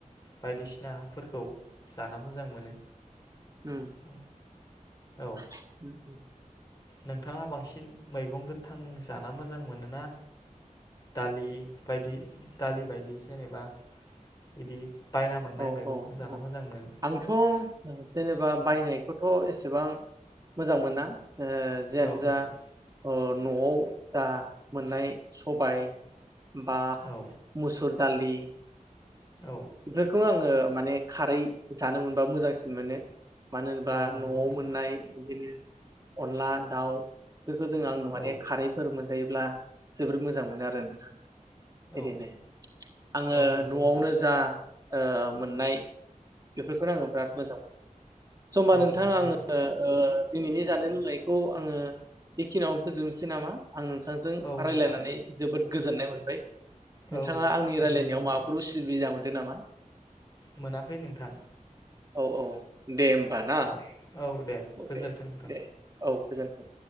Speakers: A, on the left; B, on the right.
A: बायदिसिनाफोरखौ जाना मोजां मोनो
B: उम
A: औ
B: <unintelligible>
A: औ नोंथाङा बांसिन मैगं गोथां जाना मोजां मोनोना दालि बायदि दालि बायदि जेनेबा बिदि बायना मोननाय
B: औ
A: मैगंखौ
B: औ
A: जाना
B: औ
A: मोजां मोनो
B: आंथ जेनेबा। बायनायखौथ एसेबां मोजां मोना। ओ जिआनोजा
A: औ नोंथां
B: अ नआव जा मोननाय सबाय बा
A: औ
B: मुसुर दालि।
A: औ
B: बेफोरखौ आङो माने खारै जानो मोनबा मोजांसिन मोनो। मानो होनोबा
A: नंगौ
B: नआव
A: नोंथां
B: मोननाय इदिनो अनला दाउ। बेखो जों आं माने
A: औ
B: खारैफोर मोन मोनजायोब्ला जोबोर मोजां मोनो आरो नोंथां।
A: औ
B: बिदिनो आङो
A: औ नंगौ
B: नआवनो
A: नोंथां
B: जा। ओ मोननाय बेफोरखौनो आङो बिराद मोजां मोन
A: औ
B: <unintelligible> नोंथा
A: नंगौ
B: आङो
A: नोंथां
B: ओ दिनैनि जानाय लोंनायखौ आङो बेखिनियावनो फोजोबनोसै नामा? आं नोंथांजों
A: औ
B: रायलायनानै
A: नोंथां
B: जोबोद गोजोननाय मोनबाय। नोंथाङा
A: औ
B: आंनि
A: गोजोन्थों
B: रायलायनायाव
A: नोंथां
B: माबाफोर उसुबिदा मोन <unintelligible> नामा?
A: मोनाखै नोंथां।
B: औ औ। दे होमबा ना।
A: औ औ
B: औ
A: गोजोन्थों
B: दे
A: नोंथां
B: दे औ। गोजोन्थों।